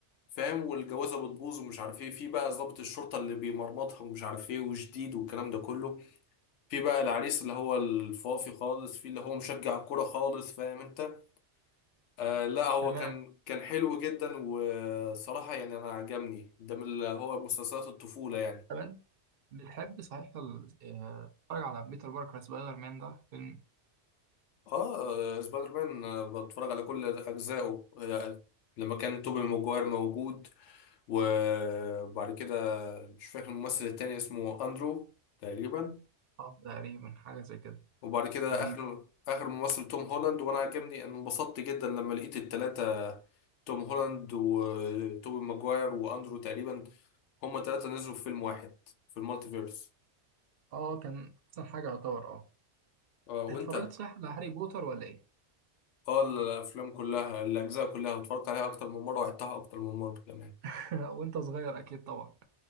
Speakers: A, on the left (about 80°); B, on the right (about 60°).
A: فاهم والجوازة بتبوظ ومش عارف ايه في بقى ضابط الشرطة اللي بيمرمطها ومش عارف ايه وجديد والكلام ده كله في بقى العريس اللي هو الفافي خالص في اللي هو مشجع الكورة خالص فاهم انت آه لا هو
B: تمام
A: كان كان حلو جدا وصراحة يعني انا عجبني ده من اللي هو مسلسلات الطفولة يعني
B: تمام بتحب صحيح ال- آه، تتفرج على بيتر باركر سبايدر مان ده فيلم
A: اه سبايدر مان آه، بتفرج على كل اجزائه آه، لما كان توبي ماجواير موجود وبعد كده مش فاكر الممثل التاني اسمه اندرو تقريبا
B: آه، تقريبا حاجه زي كده
A: وبعد كده
B: و
A: اخر اخر ممثل توم هولاند وانا عجبني أنا انبسطت جدا لما لقيت التلاتة توم هولاند وتوبي ماجواير واندرو تقريبا هما تلاتة نزلوا في فيلم واحد في المالتيفيرس
B: اه كان احسن حاجه يعتبر اه
A: اه وانت
B: اتفرجت صح على هاري بوتر ولا ايه؟
A: اه الافلام كلها الاجزاء كلها اتفرجت عليها اكتر من مرة وعدتها اكتر من مرة كمان
B: <laughs> لا، وانت صغير اكيد طبعا